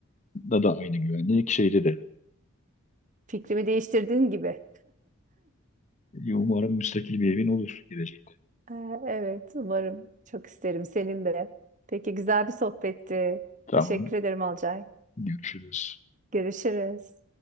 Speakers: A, on the left; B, on the right.
A: da da aynı güvenlik şeyde de.
B: Fikrimi değiştirdiğin gibi.
A: Umarım müstakil bir evin olur geleceğinde.
B: Ee, Evet, umarım. Çok isterim senin de. Peki güzel bir sohbetti.
A: Tamam.
B: Teşekkür ederim Alcay.
A: Görüşürüz.
B: Görüşürüz.